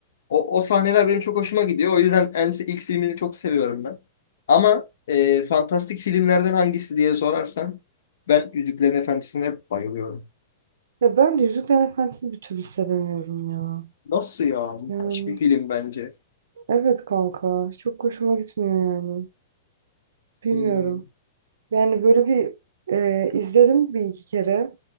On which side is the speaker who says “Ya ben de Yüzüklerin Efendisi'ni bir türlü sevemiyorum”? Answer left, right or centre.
Right